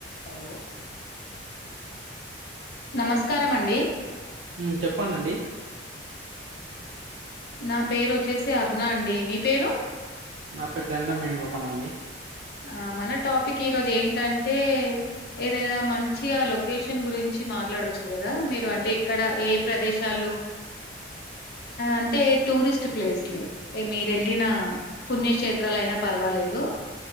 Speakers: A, on the left; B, on the right.
A: Hello నమస్కారం అండి
B: హ్మ్. చెప్పండండి.
A: నా పేరు వచ్చేసి అరుణ అండి మీ పేరు
B: నా పేరు దండంమెగో పనండి
A: ఆ మన టాపిక్ ఈరోజు ఏంటంటే ఏదైనా మంచిగ ఆ లొకేషన్ గురించి మాట్లాడొచ్చు కదా మీరు అంటే ఇక్కడ ఏ ప్రదేశాలు అంటే టూరిస్ట్ ప్లేస్లు మీరు వెళ్ళిన పుణ్యక్షేత్రాలు అయిన పర్వాలేదు